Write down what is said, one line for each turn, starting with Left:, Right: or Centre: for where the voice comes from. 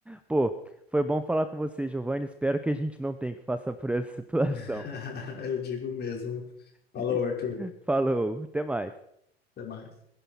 Centre: Pô, foi bom falar com você, Giovanni. Espero que a gente não tenha que passar por essa situação.
Left: <laughs> Eu digo mesmo. Falou,
Centre: <laughs>
Left: Arthur.
Centre: Falou, até mais.
Left: Até mais.